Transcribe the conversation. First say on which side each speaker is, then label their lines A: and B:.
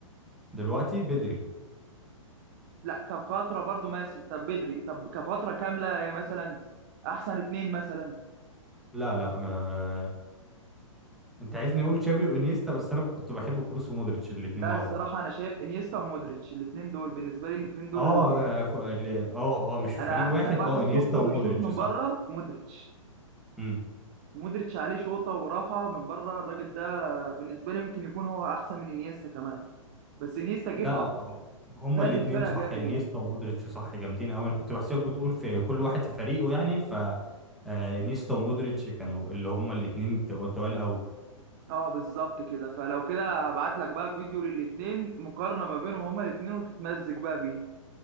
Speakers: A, in the centre; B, on the right.
A: دلوقتي بدري
B: لا كفتره برضو ماشي طب بدري طب كفتره كامله مثلا احسن اتنين مثلا
A: لا لا ما... انت عايزني اقول تشافي وانيستا بس انا كنت بحب كروس ومودريتش الاتنين
B: لا
A: مع
B: الصراحه
A: بعض
B: انا شايف انيستا ومودريتش الاتنين دول بالنسبه لي الاتنين دول
A: اه اه كو- ال- اه آه، مش في
B: انا
A: فريق
B: احسن
A: واحد
B: واحد
A: اه انيستا
B: شفته
A: ومودريتش
B: بيشوط من
A: صح
B: بره مودريتش
A: امم
B: مودريتش عليه شوطه ورفعه من بره الراجل ده بالنسبه لي ممكن يكون هو احسن من انيستا كمان بس انيستا جه
A: لا
B: في
A: لا
B: عرض
A: آه، هما
B: فاد
A: الاثنين
B: الفرقه
A: صح
B: جامد
A: انيستا
B: يعني
A: ومودريتش صح جامدين قوي انا كنت بحسيبك بتقول في كل واحد في فريقه يعني ف آه، انيستا ومودريتش كانوا اللي هما الاثنين تقال قوي
B: اه بالظبط كده فلو كده هبعت لك بقى فيديو للاثنين مقارنه ما بينهم هما الاثنين وتتمزج بقى بيه